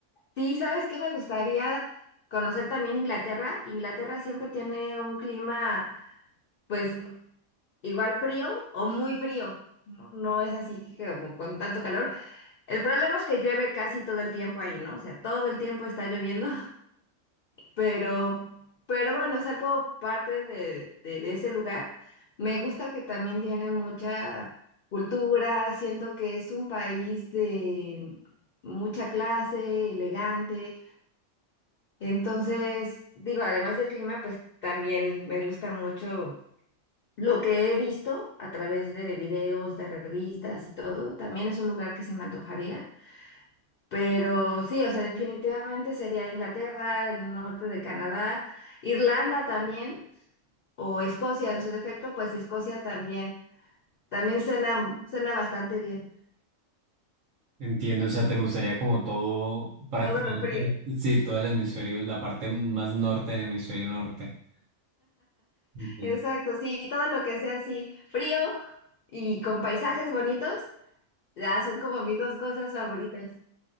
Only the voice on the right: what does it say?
Entiendo, o sea, te gustaría como todo, prácticamente,
<laughs> sí, todo el hemisferio, la parte más norte del hemisferio norte. Entiendo.